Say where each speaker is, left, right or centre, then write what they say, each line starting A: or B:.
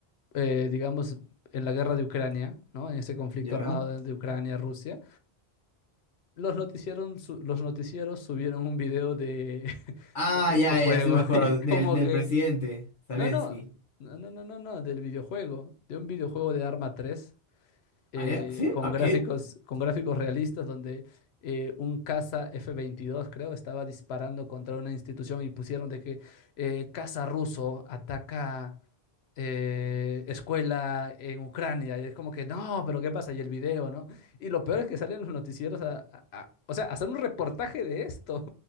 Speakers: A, on the left; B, on the left.
A: eh, digamos, en la guerra de Ucrania, ¿no? En ese conflicto
B: Ya.
A: armado de, de Ucrania-Rusia. Los noticieron, su- los noticieros subieron un video de, <laughs>
B: Ah,
A: de un videojuego
B: ya, ya, sí me
A: <laughs>
B: acuerdo.
A: y es
B: Del,
A: como
B: del
A: que
B: presidente, Zelensky.
A: no, no, no, no, no, no, no, del videojuego, de un videojuego de Arma tres eh,
B: ¿Ah, ya? ¿Sí?
A: con
B: ¿A
A: gráficos,
B: qué?
A: con gráficos realistas donde eh, un caza f veintidós creo, estaba disparando contra una institución y pusieron de que eh, caza ruso ataca eh, escuela en Ucrania. Y es como que, no, pero ¿qué pasa? Y el video, ¿no? Y lo peor es que salen los noticieros a, a- a- o sea, a hacer un reportaje de esto.